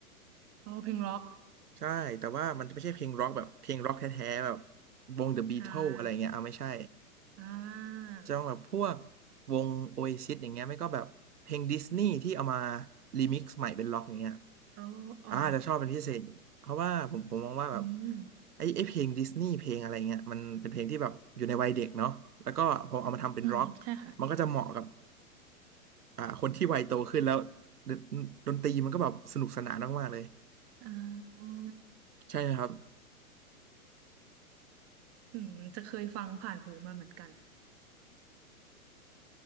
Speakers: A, on the right; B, on the right.
A: อ๋อเพลงร็อก
B: ใช่แต่ว่ามันจะไม่ใช่เพลงร็อกแบบเพลงร็อกแท้ๆแบบวง The Beatles
A: อ่า
B: อะไรเงี้ยเอาไม่ใช่
A: อ่า
B: จะต้องแบบพวกวง Oasis อย่างเงี้ยไม่ก็แบบเพลงดิสนีย์ที่เอามารีมิกซ์ใหม่เป็นร็อกอย่างเงี้ย
A: อ๋ออ๋อ
B: อ่าจะชอบเป็นพิเศษเพราะว่าผมผมมองว่าแบบ
A: อืม
B: ไอ้ไอ้เพลงดิสนีย์เพลงอะไรเงี้ยมันเป็นเพลงที่แบบอยู่ในวัยเด็กเนาะแล้วก็พอเอามาทำเป็นร็อก
A: อืมใช่ค่ะ
B: มันก็จะเหมาะกับอ่าคนที่วัยโตขึ้นแล้วดนดนตรีมันก็แบบสนุกสนานมากๆเลย
A: อ่า
B: ใช่ไหครับ
A: อืมจะเคยฟังผ่านหูมาเหมือนกัน